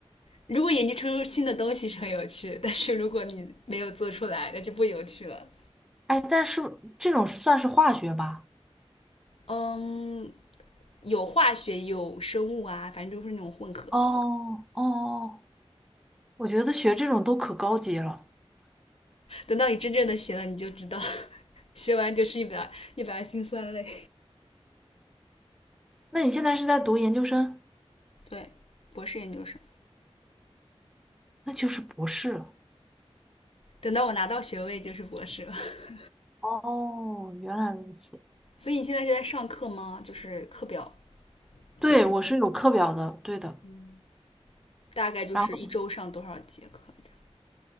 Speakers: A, on the left; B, in the centre.
A: 如果研究出新的东西是很有趣，但是如果你没有做出来，那就不有趣了。
B: 哎，但是这种算是化学吧？
A: 嗯，有化学，有生物啊，反正就是那种混合的。
B: 哦哦哦，我觉得学这种都可高级了。
A: 等到你真正的学了，你就知道，<laughs> 学完就是一百，一百辛酸泪。
B: 那你现在是在读研究生？
A: 对，博士研究生，
B: 那就是博士了。
A: 等到我拿到学位就是博士了。<laughs>
B: 哦，原来如此。
A: 所以你现在是在上课吗？就是课表
B: 对，
A: 紧不紧？
B: 我是有课表的，对的。
A: 嗯，大概就是一周上多少节课这样？
B: 然后